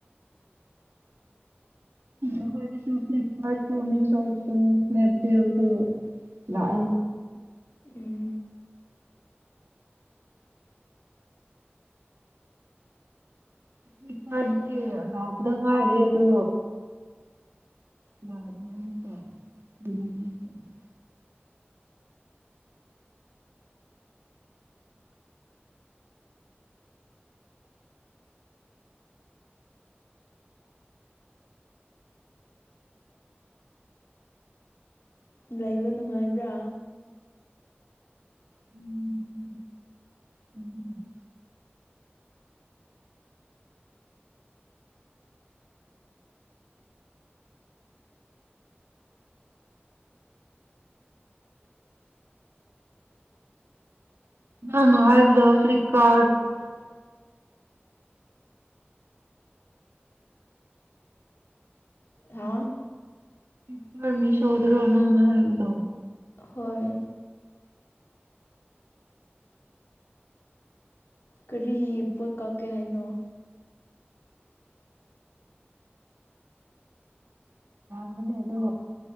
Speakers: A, on the right; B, on the left.
A: ꯑꯈꯣꯏꯗꯁꯨ ꯐꯤꯂꯤꯞꯀꯥꯔꯗꯁꯨ ꯃꯤꯁꯣꯁꯨ ꯁ꯭ꯅꯦꯞꯗꯤꯜ ꯁꯨ ꯂꯥꯛꯑꯦ
B: ꯎꯝ
A: ꯐꯤꯂꯤꯞꯀꯥꯔꯗꯤ ꯂꯥꯎꯄꯗ ꯉꯥꯏꯔꯦ ꯑꯗꯣ ꯌꯥꯔ ꯇ <unintelligible>
B: ꯂꯩꯕ ꯅꯨꯡꯉꯥꯏꯕ꯭ꯔꯥ
A: ꯎꯝ ꯎ ꯎꯝ ꯃꯥꯅ ꯍꯥꯏꯕꯗꯣ ꯐ꯭ꯂꯤꯞꯀꯥꯔꯠ
B: ꯀꯥꯔꯗ ꯍꯥꯥ
A: ꯀꯥꯔꯗ ꯃꯤꯁꯣꯗꯔꯣꯅꯪꯅ ꯍꯥꯏꯕꯗꯣ
B: ꯍꯣꯏ ꯀꯔꯤ ꯄꯣꯠ ꯀꯛꯀꯦ ꯍꯥꯏꯅꯣ
A: ꯃꯃꯤꯡꯗꯣ